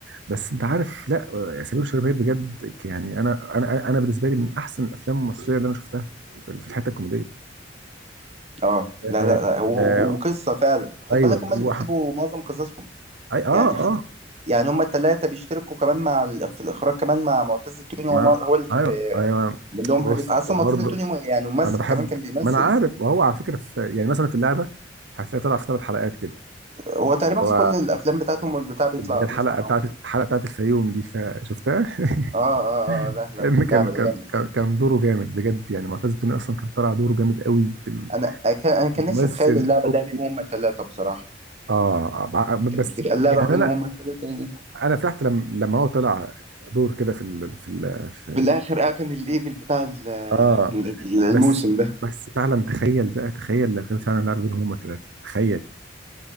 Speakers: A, on the right (about 65°); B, on the right (about 35°).
A: بس انت عارف لا آه، سمير وشهير بهير بجد يعني انا انا انا بالنسبه لي من احسن الافلام المصريه اللي انا شفتها في في الحته الكوميديه
B: اه لا
A: آه
B: لا لا و-
A: آه،
B: و- وقصه فعلا خد
A: ايوه
B: بالك هم
A: وأح-
B: اللي بيكتبوا معظم قصصهم
A: أي اه
B: يعني حتى
A: اه
B: يعني هم الثلاثه بيشتركوا كمان مع ال- في الاخراج كمان مع معتز التوني
A: ما
B: هو هو اللي كت-
A: ايوه ايوه
B: من لهم حاجة
A: بص
B: أصلا
A: وبرضه
B: منطقة توني مو- يعني ممثل
A: انا بحب
B: كمان كان بيمثل
A: ما انا عارف وهو على فكره في يعني مثلا في اللعبه هتلاقي طلع في ثلاث حلقات كده
B: هو تقريبا
A: هو
B: في كل الأفلام بتاعتهم والبتاع بيطلع
A: اللي هي الحلقه
B: بيطلع معاهم
A: بتاعت
B: يعني
A: الحلقه بتاعت الفيوم دي فشفتها <laughs>
B: آه آه آه آه، لا لا
A: كان
B: اللعبة
A: كان
B: ده
A: كان
B: جامد
A: كان كان دوره جامد بجد يعني معتز التوني اصلا كان طالع دوره جامد قوي في
B: أنا كان أنا كان
A: الممثل
B: نفسي أتخيل اللعبة
A: كوميدي
B: ده بيهم هما التلاتة بصراحة
A: اه ع- بس
B: كان تبقى اللعبة
A: يعني
B: ما بينهم
A: انا
B: هما التلاتة يعني
A: انا فرحت لما لما هو طلع دور كده في ال في ال في ال
B: في الآخر آه كان الليفل بتاع ال-
A: اه
B: ال- الموسم
A: بس
B: ده
A: بس فعلا تخيل بقى تخيل لو كان فعلا لعب بينهم هما الثلاثه تخيل